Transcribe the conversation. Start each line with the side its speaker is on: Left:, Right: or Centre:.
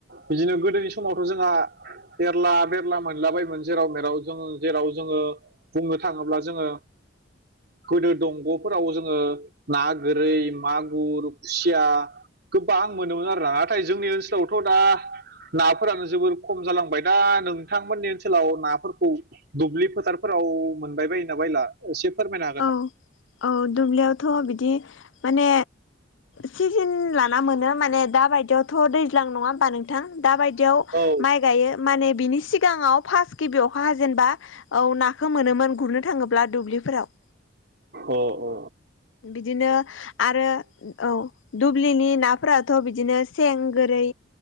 Right: बिदिनो गोदोनि समावथ' जोंहा मेरला मेरला मोनलाबायमोन जेराव मेराव जोङो जेराव जोङो बुंनो थाङोब्ला जोङो गोदो दंग'फोराव जोङो ना गोरै मागुर खुसिया गोबां मोनोमोन आरोना नाथाय जोंनि ओनसोलावथ' दा नाफोरानो जोबोर खम जालांबाय दा नोंथांमोननि ओनसोलाव नाफोरखौ दुब्लि फोथारफोराव मोनबाय बायोना बायला एसे फोरमायना
Left: औ औ दुब्लियावथ' बिदि माने सिजोन लाना मोनो माने दाबायदियावथ' दैज्लां नङा होमबा नोंथां दा बायदियाव
Right: औ
Left: माइ गायो माने बिनि सिगाङाव फार्स्ट गिबि अखा हाजेनेबा औ नाखौ मोनोमोन गुरनो थाङोब्ला दुब्लिफोराव
Right: अ अ
Left: बिदिनो आरो औ दुब्लिनि नाफोराथ' बिदिनो सें गोरै